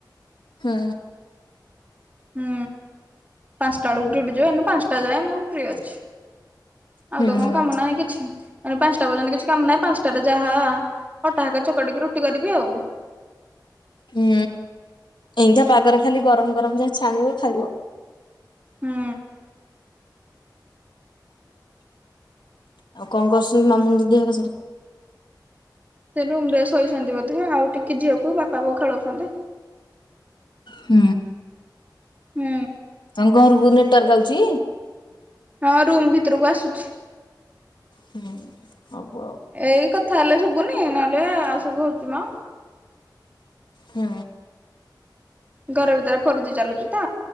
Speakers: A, on the left (about 85°); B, on the right (about 20°).
A: ହୁଁ।
B: ହୁଁ ପାଞ୍ଚଟା ବେଳକୁ ଡ୍ୟୁଟି ଯିବ ଏନା ପାଞ୍ଚଟା ଯାଏ ମୁଁ ଫ୍ରି ଅଛି। ଆଉ
A: ହୁଁ।
B: ତ କଣ କାମ ନାହିଁ କିଛି, ପାଞ୍ଚଟା ପର୍ଯ୍ୟନ୍ତ କିଛି କାମ ନାହିଁ ପାଞ୍ଚଟାରେ ଯାହା ଅଟା ହେକା ଚକଡିକି ରୁଟି କରିବି ଆଉ।
A: ହୁଁ ଏମତିଆ ପାଗରେ ଖାଲି ଗରମ ଗରମ ଯାହା ଛାଣିବ ଖାଇବ।
B: ହୁଁ।
A: <unintelligible> ଆଉ କଣ କରୁଛନ୍ତି ମାମୁନି ଦିଦି ହରିକା ସବୁ?
B: ସେ ରୁମ ରେ ଶୋଇଛନ୍ତି ବୋଧେ, ଆଉ ଟିକେ ଝିଅକୁ ବାପା ବୋଉ ଖେଳଉଛନ୍ତି।
A: ହୁଁ।
B: ହୁଁ।
A: ତମ ଘରକୁ ନେଟୱାର୍କ ଆଉଚି?
B: ହଁ ରୁମ୍ ଭିତରକୁ ଆସୁଛି।
A: ହୁଁ। ହଉ ଆଉ
B: ଏଇ କଥା ହେଲେ ଶୁଭୁନି ନହେଲେ ଆଉ ସବୁ ହଉଛି ମ।
A: ହୁଁ।
B: ଘର ଭିତରେ ଫୋର୍ଜି ଚାଲୁଛି ତ।